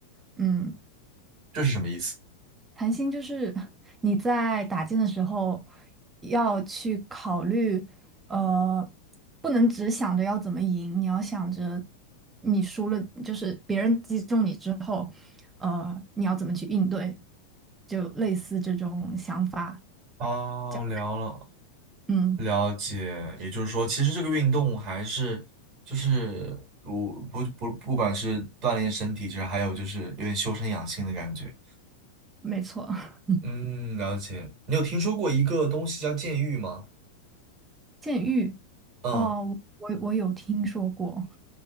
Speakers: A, on the right; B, on the right.
A: 嗯，
B: 这是什么意思？
A: 谈心就是 <laughs> 你在打剑的时候要去考虑，呃，不能只想着要怎么赢，你要想着你输了，就是别人击中你之后，呃，你要怎么去应对，就类似这种想法。
B: 啊，
A: 叫
B: 聊了，
A: 嗯，
B: 了解，也就是说，其实这个运动还是就是我不不不管是锻炼身体，其实还有就是有点修身养性的感觉。
A: 没错。<laughs>
B: 嗯，了解。你有听说过一个东西叫剑玉吗？
A: 剑玉，
B: 嗯，
A: 哦，我我有听说过，